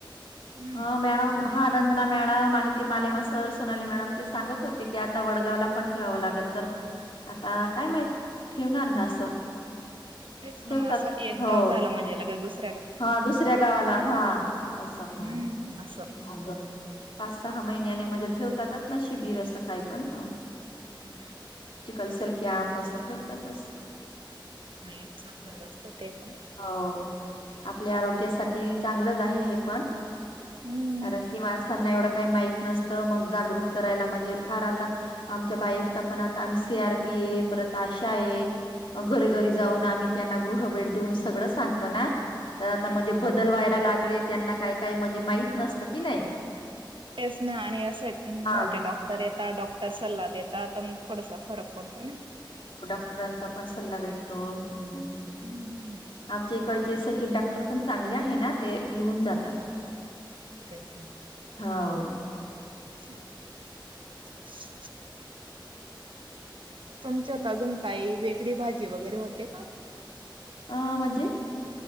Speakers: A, on the right (about 75°); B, on the left (about 80°).
A: हम्म
B: ह् मॅडम हा रंजना मॅडम आणि ते मालेमा सर सोनाली मॅडम ते सांगत होते की आता वडगावला पण ठेवावं लागेल तर आता काय माहित ठेवणार ना असं?
A: तेच ना
B: ठेवतात
A: मग असं एक
B: हो
A: गाव झालं म्हणजे लगे दुसर
B: हा दुसऱ्या गावाला हा असं ह
A: हम्म असं
B: पाच सहा महिन्याने म्हणजे ठेवतातच ना शिबिर असं काय पण ह
A: हम्म
B: कलसेल कॅम्प असं ठेवतातच.
A: नाही चांगलंच असत ते पण,
B: हो आपल्या आरोग्यासाठी चांगलंच आहे हे पण
A: हम्म
B: कारण कि माझ, त्यांना येवढं का माहित नसतं मग जागृत कराय म्हणजे फार आता आमच्या बाएफ चा पण आता सी आर पी परत आशा एक मग घरी घरी जाऊन आम्ही त्यांना गृह भेट देऊन सगळं सांग हो ना तर आता म्हणजे बदल व्हायला लागलेत त्यांना काही काही म्हणजे माहित नसतं की नाही
A: तेच ना आणि असे मोठे
B: हा,
A: डॉक्टर येतात डॉक्टर सल्ला देतात तर आता मग थोडासा फरक पडतो ना,
B: इतराचा पण सल्ला भेटतो ह्.
A: हम्म
B: आमच्या इकडचे सचिन डॉक्टर पण चांगले आहे ना ते येऊन जातात.
A: तेच ना
B: हो
A: <unintelligible> तुमच्यात अजून काही वेगळी भाजी वगैरे होते का
B: ह् म्हणजे?